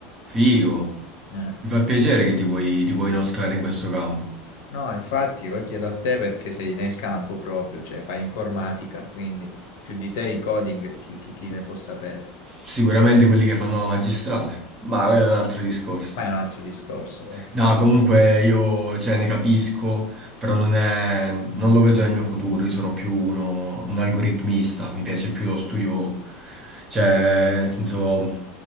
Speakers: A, on the right (about 30°); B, on the left (about 70°).
A: figo.
B: Eh.
A: Mi fa piacere che ti vuoi, ti vuoi inoltrare in questo campo.
B: No, infatti, io chiedo a te perché sei nel campo proprio, cioè fai informatica, quindi più di te i coding chi, chi- chi ne può sapere.
A: Sicuramente quelli che fanno la magistrale, ma quello è un altro discorso.
B: Ma è un altro discorso. eh.
A: No, comunque io, cioè, ne capisco, però non è, non lo vedo nel mio futuro, io sono più uno, un algoritmista, mi piace più lo studio, cioè, nel senso,